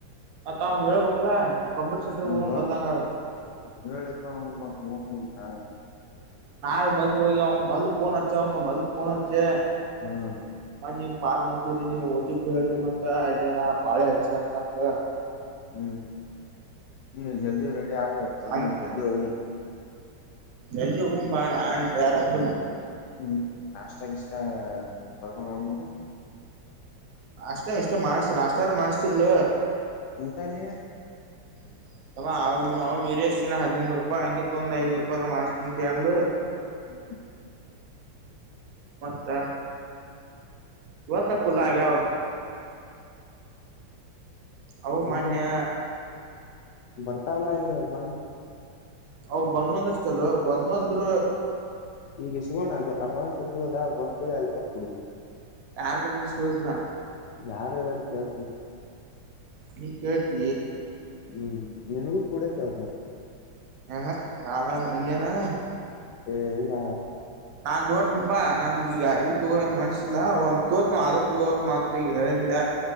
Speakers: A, on the right; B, on the left.
A: ಮತ್ ಅವನ್ಗ್ ಹೇಳ್ಬೇಕಲ್ಲಾ ಕಂಪ್ಯೂಟರ್ ಸೆಂಟರ್ ಹೋಗ
B: ಯೋಳ್ತಿನ್
A: ಮೊದ್ಲಂಗಾರ
B: ಏಳಿದ್ನ ಅವನ್ಗ್ ಮತ್ ನೋಡು ಅಂತ
A: ನಾ ಮದ್ಲು ಹೋಗಿ ಅವ ಮಲ್ ಪೋನ್ ಹಚ್ಚಿ ಅವನ್ಗ್ ಮದ್ಲ್ ಪೋನಚ್ಛೆ
B: ಹ್ಮ್
A: ನೀವ್ ಪಾರ್ಮಕಿರಿ ನೀವು ಓ ಟಿ ಪಿ ಹೇಳ್ರಿ ಮತ್ತ ಇದನ ಬಾಳೆ ಹೆಚಾಂಗ ಅಂತ್ ಹೇಳ
B: ಹ್ಮ್್ಮ ಹ್ಮ್ ಜಲ್ದಿ ರೆಡಿ ಆಗ ಜರೂನು
A: ಹಂಗ್
B: ಜಲ್ದಿ ಹೋಗೂಣು
A: ಜಲ್ದಿ ಹೋಗುಣ್ ಬಾ ಅಣ ಅಂತ್ಯಾರ್ ಹದುನ
B: ಹ್ಮ್ ನಾಷ್ಟಾ ಗೀಷ್ಟ ವರ್ಗ ಹೋಗೋಣು
A: ಅಷ್ಟ ಇಷ್ಟ ಮಾಡ್ಸ್ರಿ ಅಷ್ಟಾರ ಮಾಡಸ್ತಿರ್ಲ
B: ಊಟಾಲೇ ಯ
A: <inaudible> ತಮ್ಮ ಅವ ಅವ ವೀರೇಶಿ ನ ಹದಿನೈಡ್ನುರೂಪಾಯಿ ಹಂಗಿತ್ ಒಂದ್ ಐದ್ನೂರೂಪಾಯಿದ ಮಾಡ್ಸಿನಂತ ಅಂದ್ಲು
B: <inaudible>
A: ಮತ್ತ ಇವತ್ತ ಫುಲ್
B: ಹ್ಮ್
A: ಆಗ್ಯಾವ ಅವು
B: ನೋ
A: ಮೊನ್ನೆ
B: ಬರ್ತಾವಲ್ಲ ಇ ಬಂದ
A: ಅ ಬಂದ ಅಂದ್ರೆ ಚಲೋ ಬಂದು ಅಂದ್ರ
B: ಈಗ ಇಸಗೋಣ ಅ ಅಡ್ವಾನ್ಸ್ ಇಸಗೋದ ಬಂಕಗಳ ಅಲ್ಕೊಂಡಬ ಬಿಡುದು
A: ಯಾರ ಕಡೆ ಸುತನಾ
B: ಯಾರುಗಡಾರು ಕೇಕ್ಣ
A: ನೀ ಕೇಳ್ತೀ
B: ಹ್ಮ್ ನಿನಗೂ ಕೂಡ ಕೆಳ್ಸ
A: ಹ ಹ ನಾವ ನಗೆಾನ <unintelligible>
B: ಏ ಇಲ್ಲಾ
A: ನಾನ್ ನೋಡ್ತನಪಾ ನಂಗೀಗ ಅ ತಗೋ ಮನ್ಸಿಲ್ಲಾ ಒಂದ್ ತೋತನ ಆದ್ರ ತಗೋತ್ ಮತ್ತ ಈಗ ಹೇಳಿಲ್ಲ